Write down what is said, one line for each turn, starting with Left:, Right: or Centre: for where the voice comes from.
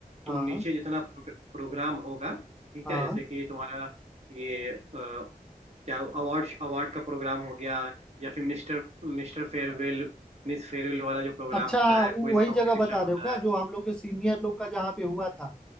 Centre: हाँ
Right: तुम नीचे जितना प्रो, प्रोग्राम होगा ठीक
Centre: हाँ
Right: है जैसे कि तुम्हारा ये क्या अवार्ड अवार्ड का प्रोग्राम हो गया या फिर mister mister farewell miss farewell वाला जो प्रोग्राम
Centre: अच्छा
Right: होता है
Centre: वो-
Right: क्विज
Centre: वही
Right: कंपटीशन
Centre: जगह बता
Right: होता
Centre: रहे हो क्या
Right: है
Centre: जो हम लोग के सीनियर लोग का जहाँ पे हुआ था